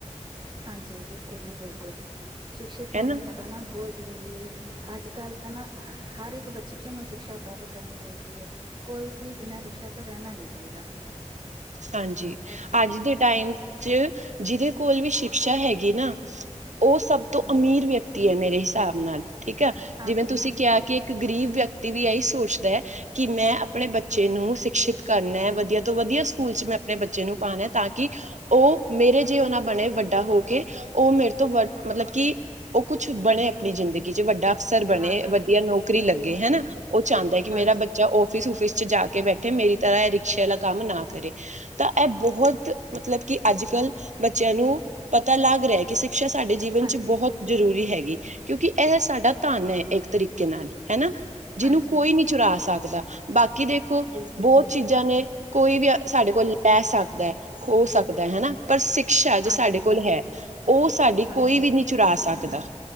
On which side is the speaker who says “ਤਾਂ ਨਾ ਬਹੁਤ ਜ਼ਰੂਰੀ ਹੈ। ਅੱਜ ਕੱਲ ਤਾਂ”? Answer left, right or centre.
Right